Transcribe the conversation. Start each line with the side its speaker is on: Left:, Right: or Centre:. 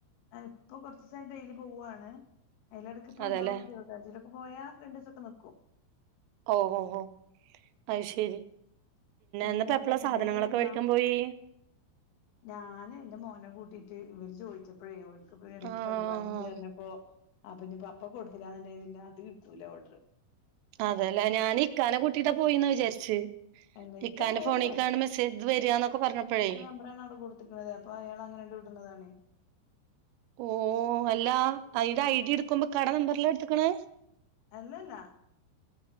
Left: ഇപ്പൊ കൊറച്ച് ദിവസം ആയിട്ട് ഡെയിലി പോവാണ് അതിൽ ഇടക്ക് ഇപ്പ
Right: അതെല്ലേ
Left: ഉണ്ടാവും കൊറച്ചേസലൊക്കെ പോയാ രണ്ടു ദിവസൊക്കെ നിൽക്കും
Right: ഓ ഓ ഓ അത് ശരി
Left: പിന്നെ
Right: ഇന്നിപ്പോ
Left: അവിടെ
Right: എപ്പളാ
Left: ഫുഡ്
Right: സാധനങ്ങളൊക്കെ
Left: കഴിക്കൽ കഴിഞ്ഞോ
Right: മേടിക്കാൻ പോയി
Left: ഞാൻ എന്റെ മോനെ കൂട്ടീട്ട് ഇവര് ചോദിച്ച ഇപ്പഴേ ഓര്ക്ക് വെളിപര്
Right: ആഹ്
Left: പാടിണ്ട്റഞ്ഞപ്പോ അപ്പ ഞ്ഞി അപ്പ കൊട്ത്തില്ലാന്ന്ണ്ടങ്കി പിന്നെ അത് കിട്ടൂല ഓഡറ്.
Right: അതെലേ ഞാൻ ഇക്കാനെ കുട്ടീട്ടാപോയിന്നാ വിചാരിച്ച്.
Left: അല്ല
Right: ടിക്കാന്റെ
Left: ഇക്ക പോരും
Right: ഫോണിക്കാണ് മെസ്സേജ് വര്വാന്നൊക്കെ പറഞ്ഞപ്പഴേ
Left: മ്പറാണ് അവ്ടെ കൊട് ട്ണത് അപ്പൊ അയാൾ അങ്ങനെയണ്ട് വിട്ന്നതാണേ.
Right: ഓ അല്ല അയ്ന്റെ ഐഡി എട്ക്ക്‌മ്പോ ഇക്കാടെ നമ്പറിലാ എട്ത്ത്ക്ക്‌ണേ?
Left: ഏല്ലല്ല.